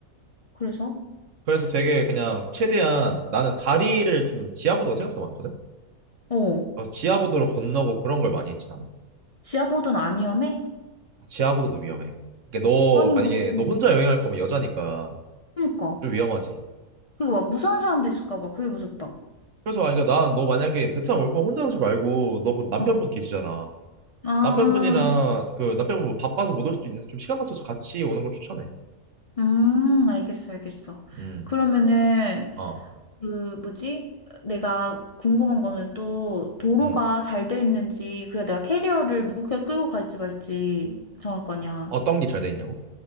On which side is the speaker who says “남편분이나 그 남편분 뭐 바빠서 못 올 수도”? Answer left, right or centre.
Right